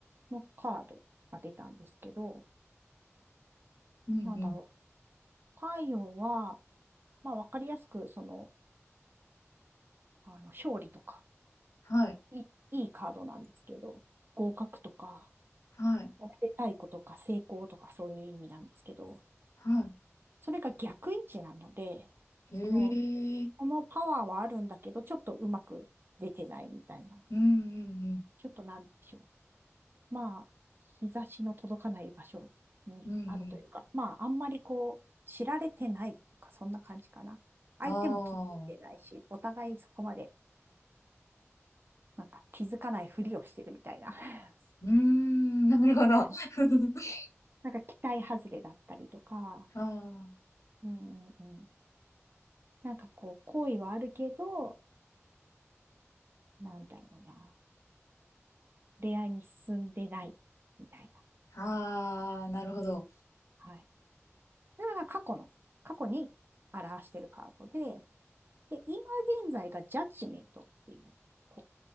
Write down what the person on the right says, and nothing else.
のカードが出たんですけど、
なんだろう。太陽は、まあ、わかりやすく、その、あの、勝利とか、
いい、いいカードなんですけど、合格とか、
おめでたいことか、成功とか、そういう意味なんですけど、
それが逆位置なので、
その、このパワーはあるんだけど、ちょっとうまく出てないみたいな。
ちょっとなんでしょう。まあ、日差しの届かない場所にあるというか、
まあ、あんまりこう、知られてないとか、そんな感じかな。相手も気づいてないし、
お互いそこまで、なんか気づかないふりをしてるみたいな <laughs>
感じ。
<laughs> なんか期待外れだったりとか、
うんうんうん。なんかこう、好意はあるけど、なんだろうな。恋愛に進んでない、みたいな。
はい。それが過去の、過去に表しているカードで、で、今現在がジャッジメントっていう、こう、